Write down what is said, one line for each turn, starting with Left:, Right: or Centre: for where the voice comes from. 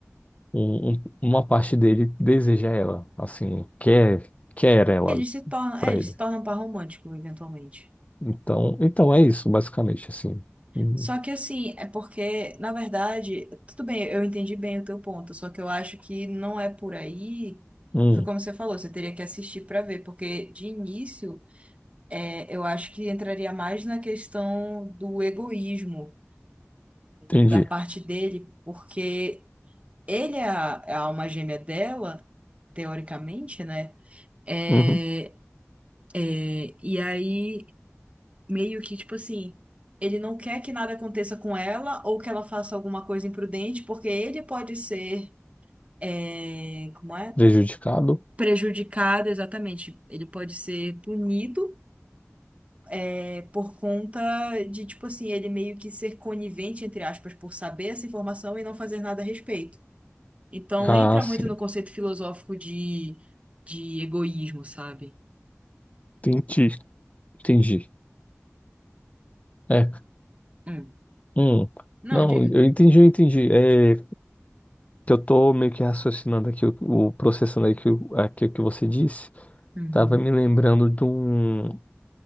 Left: um- um, uma parte dele deseja ela, assim, quer, quer ela
Right: Eles se tornam, é,
Left: para
Right: eles
Left: ele.
Right: se tornam um par romântico, eventualmente.
Left: Então, então é isso, basicamente, assim. Hum,
Right: Só que assim, é porque, na verdade, tudo bem, eu entendi bem o teu ponto, só que eu acho que não é por aí.
Left: hum,
Right: Foi como você falou, você teria que assistir para ver, porque de início, é, eu acho que entraria mais na questão do egoísmo
Left: entendi.
Right: da parte dele, porque ele é a, é a alma gêmea dela, teoricamente, né? É,
Left: Uhum.
Right: é, e aí. meio que, tipo assim, ele não quer que nada aconteça com ela ou que ela faça alguma coisa imprudente, porque ele pode ser, é, como é?
Left: Prejudicado?
Right: Prejudicado, exatamente. Ele pode ser punido, é, por conta de, tipo assim, ele meio que ser conivente, entre aspas, por saber essa informação e não fazer nada a respeito. Então,
Left: Ah,
Right: entra
Left: sim.
Right: muito no conceito filosófico de, de egoísmo, sabe?
Left: Entendi, entendi. É,
Right: Hum.
Left: hum.
Right: Não,
Left: Não,
Right: diga.
Left: eu entendi, eu entendi. É, que eu tô meio que raciocinando aqui, o, o- processando aqui, o- aqui o que você disse,
Right: Uhum.
Left: tava me lembrando de, um,